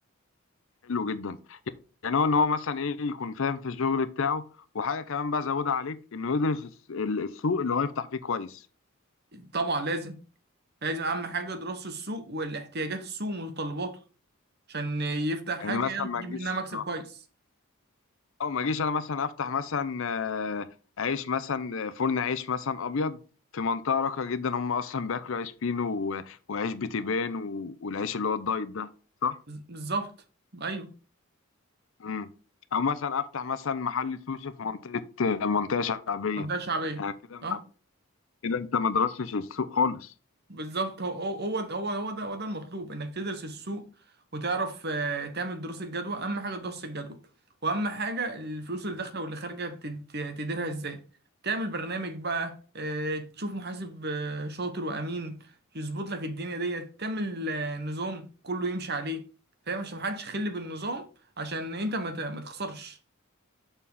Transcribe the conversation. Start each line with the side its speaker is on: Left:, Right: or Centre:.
Left: حلو جدا يعني هو ان هو مثلا ايه يكون فاهم في الشغل بتاعه وحاجه كمان بقى زودها عليك انه يدرس الس- ال- السوق اللي هو يفتح فيه كويس
Right: طبعا لازم لازم اهم حاجه دراسه السوق والاحتياجات السوق ومتطلباته عشان يفتح حاجه
Left: يعني مثلا
Right: يعرف
Left: ما
Right: يجيب
Left: تجيش
Right: منها مكسب كويس
Left: او ما اجيش انا مثلا افتح مثلا آه، عيش مثلا آه، فرن عيش مثلا ابيض في منطقه راقيه جدا هم اصلا بياكلوا عيش فينو و- وعيش بتبان و- والعيش اللي هو الدايت ده صح
Right: بز- بالظبط ايوه
Left: امم او مثلا افتح مثلا محل سوشي في منطقه آه، منطقه شعبيه
Right: منطقه شعبيه
Left: يعني كده ما-
Right: اه
Left: كده انت ما درستش السوق خالص
Right: بالظبط هو هو هو ده هو هو ده هو ده المطلوب انك تدرس السوق وتعرف آه، تعمل دراسة جدوى اهم حاجة دراسة الجدوى واهم حاجة الفلوس اللي داخلة واللي خارجة تد- تديرها ازاي تعمل برنامج بقى آه، تشوف محاسب آه، شاطر وامين يظبط لك الدنيا ديت تعمل آه، نظام كله يمشي عليه فاهم عشان محدش يخل بالنظام عشان انت ما ت- ما تخسرش